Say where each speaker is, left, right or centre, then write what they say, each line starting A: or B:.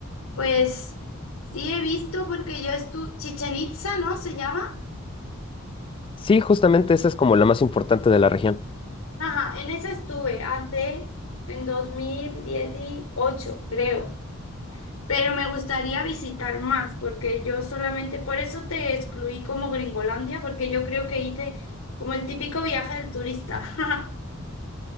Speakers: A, on the left; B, on the left.
A: Pues sí he visto porque yo estuve, Chichen Itza, ¿no? Se llama.
B: Sí, justamente esa es como la más importante de la región.
A: Ajá, en esa estuve hace en 2018, creo. Pero me gustaría visitar más porque yo solamente, por eso te excluí como Gringolandia, porque yo creo que hice como el típico viaje del turista. <laughs>